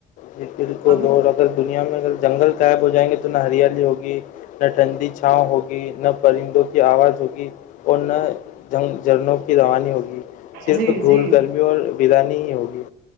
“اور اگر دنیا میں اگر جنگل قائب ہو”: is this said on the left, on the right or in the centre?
Left